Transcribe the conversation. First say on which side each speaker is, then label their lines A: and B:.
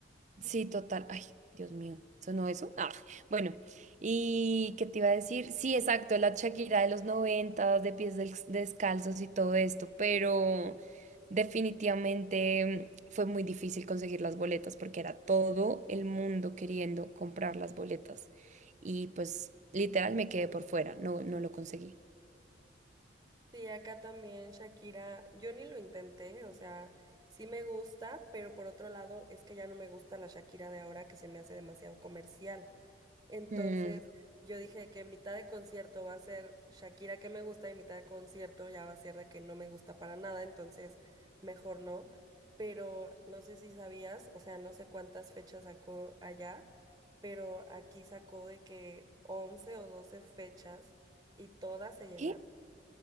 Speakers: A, on the right (about 35°); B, on the right (about 20°).
A: sí, total, ay, Dios mío, ¿sonó eso? Ah, bueno, ¿y qué te iba a decir? Sí, exacto, la Shakira de los noventas, de pies del- descalzos y todo esto, pero definitivamente mm, fue muy difícil conseguir las boletas porque era todo el mundo queriendo comprar las boletas. Y pues literal me quedé por fuera, no, no lo conseguí.
B: Sí, acá también Shakira, yo ni lo intenté, o sea, sí me gusta, pero por otro lado es que ya no me gusta la Shakira de ahora que se me hace demasiado comercial. Entonces,
A: Mm,
B: yo dije que mitad de concierto va a ser Shakira que me gusta y mitad de concierto ya va a ser de que no me gusta para nada, entonces mejor no. Pero no sé si sabías, o sea, no sé cuántas fechas sacó allá, pero aquí sacó de que 11 o 12 fechas y todas se llenaron.
A: ¿Qué?